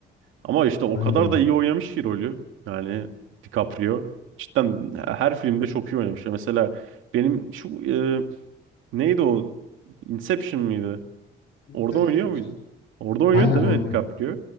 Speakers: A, on the right; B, on the left.
A: Ama işte o
B: Bence
A: kadar
B: de.
A: da iyi oynamış ki rolü. Yani DiCaprio. Cidden her filmde çok iyi oynamış. Ya Mesela benim şu e, neydi o? Inception mıydı?
B: Inception
A: Orada oynuyor
B: güzel.
A: muydu? Orada oynuyordu
B: Aynen
A: değil
B: oynuyor.
A: mi DiCaprio?